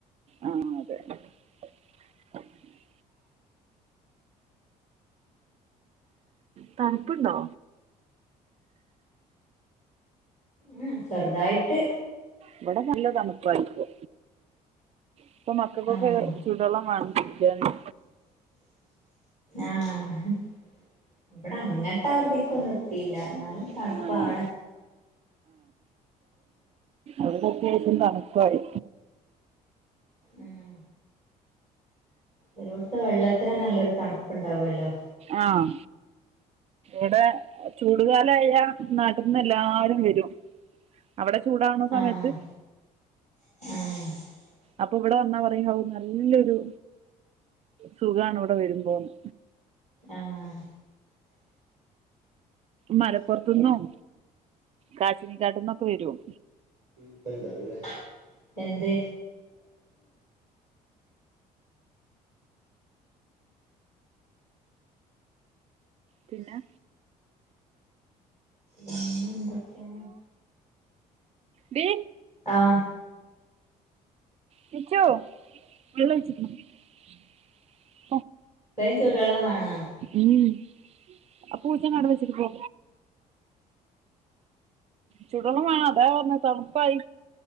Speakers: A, on the right (about 30°); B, on the left (about 85°).
A: ആഹ് <inaudible> <inaudible> തണുപ്പ്ണ്ടോ
B: ഉം ചെറുതായിട്ട്
A: ഇവിടെ നല്ല തണുപ്പായിപ്പോ ഇപ്പൊ മക്കക്കോക്കെ
B: ആഹ്
A: ചുടള്ളം വേണം കുളിക്കാന്
B: ആഹ് ഇബടെ അങ്ങൻത്തെ ആ ഒരു ഇതീക്കൊന്നും എത്ത് ഇല്ല എന്നാലും തണ്പ്പാണ്
A: ആഹ് ഇവിടത്യാശം തണുപ്പായി
B: ഉം ഒരോട്ത്തെ വെള്ളത്തിന് നല്ലൊരു തണ്പ്പ്ണ്ടാവല്ലോ
A: ആഹ് ഈടെ ചൂടുകാലായ നാട്ടിന്ന് എല്ലാരും വെരും അവടെ ചൂടാവണ സമയത്ത്
B: ആഹ് <unintelligible>
A: അപ്പൊ ഇവിടെ വന്നാ പറയും നല്ലൊരു സുഖാണ് ഇവിടെ വരുമ്പോന്ന്
B: ആഹ്
A: മലപ്പോറത്ത്ന്നും കാച്ചി നിക്കാട്ടിന്നൊക്കെ വെരും
B: <inaudible> എന്തേ
A: പിന്ന
B: ന്നെ എന്തൊക്കാണ്
A: ബി
B: ആഹ്
A: കിച്ചൂ വെള്ളോയിച്ച്ക്ക്‌ണോ
B: കൊറേ ചൂടെള്ളം വേണം
A: ഉം ആ പൂച്ചേനെ അവ്ടെ വെച്ചിട്ട് പോ ചുടെള്ളം വേണോ അതാ പറഞ്ഞ തണുപ്പായി